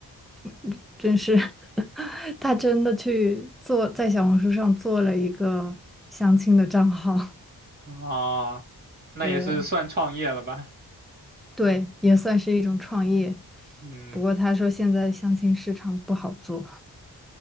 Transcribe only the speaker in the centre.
嗯真是 <laughs> 他真的去做在小红书上做了一个相亲的账号，
<laughs> 对对，也算是一种创业。
不过他说现在相亲市场不好做。